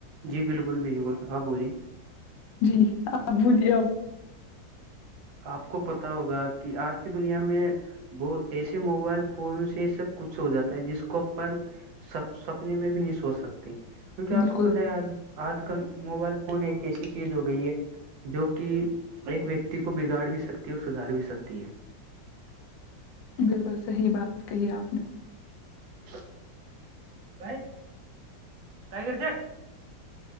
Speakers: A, on the right; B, on the left.
A: جی بالکل بالکل آپ بولیے
B: جی آپ بولیے اب
A: آپ کو پتا ہوگا کہ آج کی دنیا میں وہ ایسے موبائل فون سے سب کچھ ہو جاتا ہے جس کو اپن سا سپنے میں بھی نہیں سوچ سکتی کیونکہ آپ
B: بالکل
A: کو پتاہ ہے آج آج کل موبائل فون ایک ایسی چیز ہو گئی ہے جو کہ ایک ویک دے کو بگاڑ بھی سکتی ہے اور سدھار بھی سکتی ہے
B: بالکل صحیح بات کہی آپ نے
A: ا باے کائی کرتے